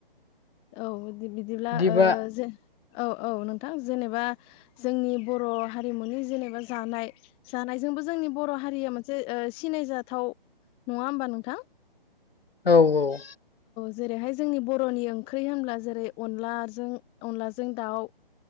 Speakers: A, on the left; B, on the left.
A: औ बिदिब्ला
B: बिदिबा
A: जे औ औ नोंथां जेनेबा जोंनि बर' हारिमुनि जेनेबा जानाय जानायजोंबो जोंनि बर' हारिया मोनसे सिनायजाथाव नङा होमबा नोंथां?
B: औ औ
A: जेरैहाय जोंनि बर'नि ओंख्रि होनब्ला जेरै अनलाजों अनलाजों दाउ